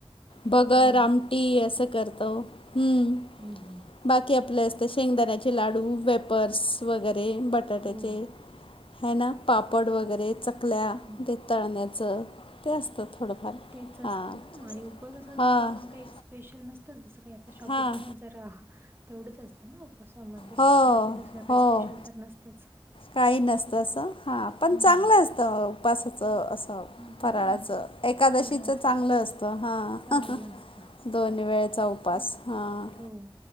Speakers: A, on the left; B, on the right.
A: भगर
B: हो ना.
A: आम टी असं करतो! हं
B: हम्, हम्म!
A: बाकी आपले असते. शेंगदाण्याचे लाडू, वेपर्स वगैरे बटाट्याचे
B: हो.
A: हे ना, पापड वगैरे चकल्या
B: हं.
A: ते तळण्याचं ते असतं थोडंफार
B: तेच असतं
A: हां
B: ना! आणि उपवास जसं
A: हां
B: आपण काही स्पेशल नसतंच जसं काही आता शाबुदाणा
A: हां
B: हा, तेवढंच असतं ना उपवासामध्ये,
A: हो
B: बाकी दुसरं काही
A: हो
B: स्पेशल तर नसतच
A: काही नसतं असं, हां पण
B: हं.
A: चांगलं असतं उपासाचं असं
B: हं.
A: फराळाचं, एकादशीच
B: फराळाचं
A: चांगलं असतं हा
B: चांगलं असतं.
A: दोन वेळेचा उपास, हां
B: हो,